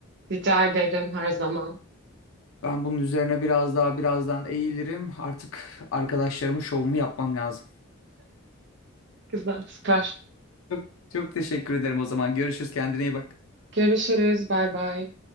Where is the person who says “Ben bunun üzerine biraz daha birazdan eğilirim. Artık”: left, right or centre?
Left